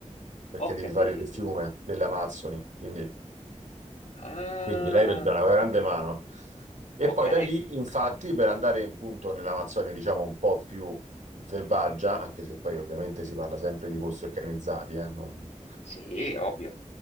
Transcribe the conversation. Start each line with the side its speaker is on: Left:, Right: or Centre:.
Right: perché
Left: Ho
Right: devi
Left: capito.
Right: fare il fiume delle Amazzoni, quindi...
Left: Ah,
Right: Quindi l'aereo gli dà una grande mano. E
Left: ok.
Right: poi da lì, infatti, per andare in punto nell'Amazzonia, diciamo un po' più selvaggia, anche se poi ovviamente si parla sempre di posti organizzati, eh, non,
Left: Sì, ovvio.